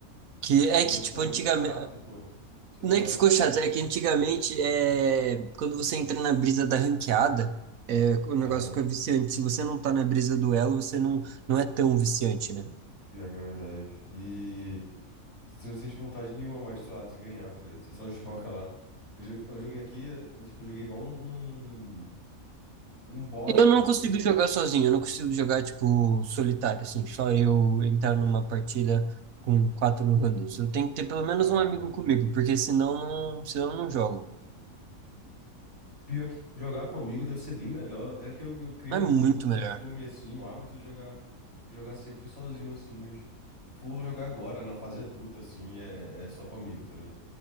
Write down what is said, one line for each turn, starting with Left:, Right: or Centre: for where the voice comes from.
Right: Que é
Left: o jogo
Right: que,
Left: ficou
Right: tipo,
Left: muito
Right: antigamente,
Left: chato, pô. Sei
Right: Não
Left: lá.
Right: é que ficou chato, é que antigamente, é, quando você entra na brisa da ranqueada, é, o negócio
Left: Aham.
Right: fica viciante. Se você não tá na brisa do elo, você não, não é tão viciante, né?
Left: Pior que é verdade. E. Você não sente vontade nenhuma mais, sei lá, de ganhar, tá ligado? Você só <laughs> joga lá. Eu, jo- eu joguei aqui, eu, tipo, joguei igual um, um, um bot,
Right: Eu
Left: tá
Right: não
Left: ligado?
Right: consigo
Left: Fico...
Right: jogar sozinho, eu não consigo jogar, tipo, solitário, assim, só eu entrar numa partida com quatro randoms. Eu tenho que ter pelo menos
Left: Ah,
Right: um amigo
Left: pode crer.
Right: comigo, porque senão, não- senão eu não jogo.
Left: Pior que jogar com amigo deve ser bem melhor. É que eu, eu crio
Right: Mas é
Left: o,
Right: muito
Left: o costume,
Right: melhor.
Left: assim, o hábito de jogar, jogar sempre sozinho, assim, mas for jogar agora, na fase adulta, assim, é, é só com amigo, tá ligado?